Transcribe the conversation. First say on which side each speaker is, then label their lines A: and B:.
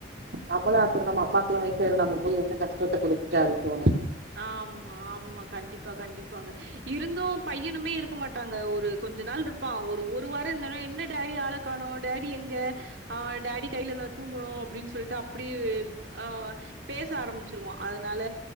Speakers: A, on the right; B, on the right.
A: நம்மளும் அப்டித்தான் அம்மாவுகெல்லாம் வயசாயிடும் நம்ம போய் என்ன கஷ்டத்த குடுத்துட்டு அப்டின்னு தோனும்
B: ஆமா ஆமா கண்டிப்பா கண்டிப்பாங்க இருந்தும் பையனுமே இருக்க மாட் ட்டாங்க ஒரு கொஞ்ச நாள் இருப்பான் ஒரு ஒரு வாரம் இருந்தாலும் என்ன டேடி ஆள காணும் டேடி எங்க அவன் டேடி கையில தான் தூங்கணும் அப்டின்னு சொல்லிட்டு அப்படி ஆ பேச ஆரம்பிச்சிருவான் அதனால